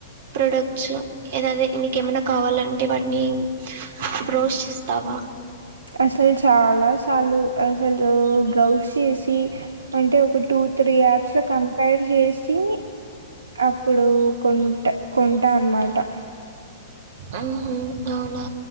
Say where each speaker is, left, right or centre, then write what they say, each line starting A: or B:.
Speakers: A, on the right; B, on the right.
A: ప్రోడక్ట్స్ ఏద అది నీకేమన్నా కావాలంటే వాటిని బ్రోష్ చేస్తావా వ
B: అసలు చాలా సాళ్లు అసలు బ్రౌజ్ చేసి అంటే ఒక టూ త్రీ యాప్స్ లో కంపర్ చేసి అప్పుడు కొన్ట్ కొంటా అన్నమాట
A: ఉహ్ హు అవునా